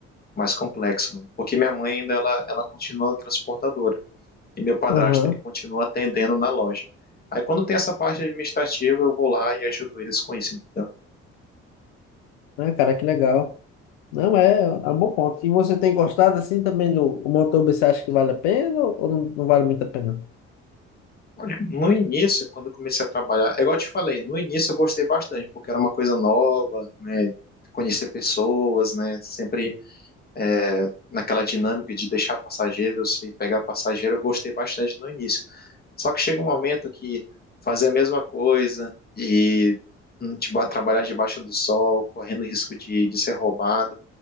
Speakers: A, on the left; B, on the left.
A: mais complexa, né? Porque minha mãe ainda ela ela continua transportadora e meu padrasto
B: uhum.
A: ele continua atendendo na loja. Aí quando tem essa parte administrativa, eu vou lá e ajudo eles com isso, entendeu?
B: Ah, cara, que legal. Não, é, é um bom ponto. E você tem gostado assim também do o motor, você acha que vale a pena ou ou não, não vale muito a pena?
A: Olha, no início, quando eu comecei a trabalhar, é igual eu te falei, no início eu gostei bastante, porque era uma coisa nova, né? Conhecer pessoas, né? Sempre é, naquela dinâmica de deixar passageiros e pegar passageiro, eu gostei bastante no início. Só que chega um momento que fazer a mesma coisa e hum, de, ba- trabalhar debaixo do sol, correndo risco de, de ser roubado,